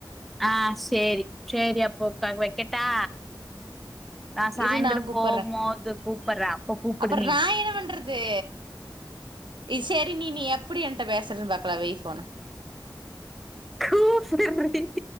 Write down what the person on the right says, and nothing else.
இரு கூப்பட்றே
அப்பறோ
நா என்ன பண்றது இ செரி நீ நீ எப்புடி என்ட்ட பேசுறன்னு பாக்கலா வைய் ஃபோன